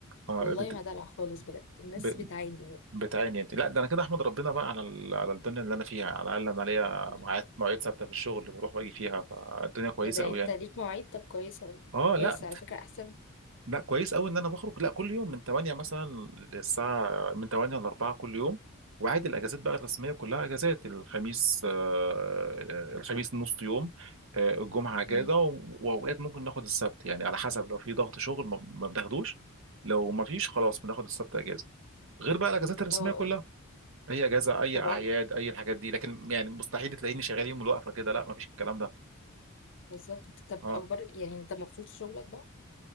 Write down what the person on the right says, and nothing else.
آه،
بت...
بتعاني انت لا ده انا كده احمد ربنا بقى على ال- على الدنيا اللي انا فيها على الاقل انا ليا
ميعاد مواعيد ثابته في الشغل اللي بروح واجي فيها فالدنيا كويسه
قوي
يعني
اه
لا
لا كويس قوي ان انا بخرج لا كل يوم من 8 مثلا للساعه من 8 ل 4 كل يوم وعادي الاجازات بقى الرسميه كلها اجازات الخميس آه، الخميس نص يوم آه، الجمعه اجازه
و- واوقات ممكن ناخد السبت يعني على حسب لو في ضغط شغل ما ما بناخدوش لو ما فيش خلاص بناخد السبت اجازه غير بقى الاجازات الرسميه
كلها اي اجازه اي
اعياد
اي الحاجات دي لكن يعني مستحيل تلاقيني شغال يوم الوقفه كده لا ما فيش الكلام ده
اه